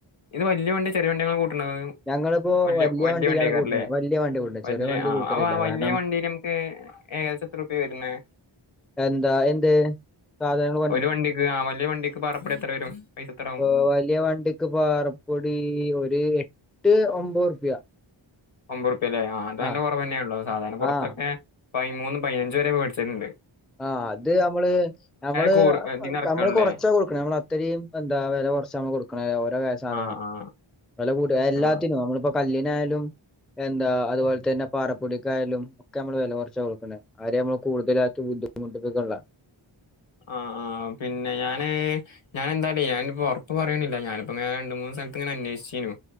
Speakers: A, on the left; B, in the centre.
A: ഇത് വലിയ വണ്ടി ചെറിയ വണ്ടിയാണ് കൂട്ടുന്നത്
B: ഞങ്ങളിപ്പോ
A: വലിയ
B: വല്യ
A: വലിയ
B: വണ്ടിയിലാണ്
A: വണ്ടിയക്കാറല്ലേ
B: കൂട്ടുന്നത് വല്യ വണ്ടി കൂട്ടുന്നത്
A: വലിയ
B: ചെറിയ വണ്ടി
A: ആ
B: കൂട്ടലില്ല
A: അപ്പൊ ആ വലിയ
B: കാരണം
A: വണ്ടി നമുക്ക് ഏകദേശം എത്ര റുപ്യ വരുന്നെ
B: എന്താ എന്ത് സാധനങ്ങൾ കൊ
A: ഒരു വണ്ടിക്ക് ആ വലിയ വണ്ടിക്ക് പറപൊടി എത്ര വരും പൈസ എത്രാവും
B: ഇപ്പ വലിയ വണ്ടിക്ക് പാറപ്പൊടി ഒരു എട്ട് ഒമ്പത് റുപ്യ
A: ഒമ്പത് റുപ്പ്യല്ലേ ആ അത് നല്ല
B: ആഹ്
A: കുറവ്ന്നെയാള്ളോ സാധാരണ പുറത്തൊക്കെ
B: ആഹ്
A: പതിമൂന്ന് പതിനഞ്ച് വരെ വെടിച്ചാല്ണ്ട്
B: ആ അത് നമ്മള് നമ്മള്
A: കൂ ഇതിന്ന് ഇറക്കാണല്ലേ
B: നമ്മള് കൊറച്ചാ കൊടുക്കണ നമ്മള് അത്രയും എന്താ വല കൊറച് ആണ് കൊടുക്കണ് ഓരോ ബേച്ചണെങ്കിലും
A: ആ ആ
B: വെല കൂടി എല്ലാത്തിനും
A: ആ
B: നമ്മളിപ്പോ കല്ലിനായാലും എന്താ അതുപോലെന്നെ പാറപ്പൊടിക്കായയാലും ഒക്കെ നമ്മള് വില കുറച്ച കൊടുക്കണെ ആദ്യം നമ്മള് കൂടുതലാക്കി ബുദ്ധിമുട്ടിക്കിള്ള
A: ആഹ് ആ പിന്നെ ഞാന് ഞാൻ എന്തായാലേ ഞാനിപ്പോ ഉറപ്പ് പറയണില്ല ഞാനിപ്പൊ രണ്ട് മൂന്ന് സ്ഥലത്ത് ഇങ്ങനെ അന്വേഷിച്ചിന്നു